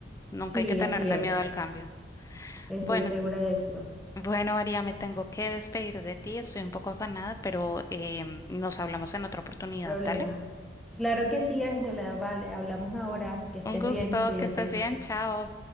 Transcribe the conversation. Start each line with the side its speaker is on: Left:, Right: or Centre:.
Left: Nunca
Centre: Sí,
Left: hay que tenerle
Centre: así es.
Left: miedo al cambio.
Centre: Estoy
Left: Bueno,
Centre: segura de eso.
Left: Bueno, María, me tengo que despedir de ti, estoy un poco afanada, pero em, nos hablamos en otra oportunidad,
Centre: Problema.
Left: ¿dale?
Centre: Claro que sí, Ángela, vale, hablamos ahora. Que estés
Left: Un gusto,
Centre: bien, cuídate.
Left: que estés bien, chao.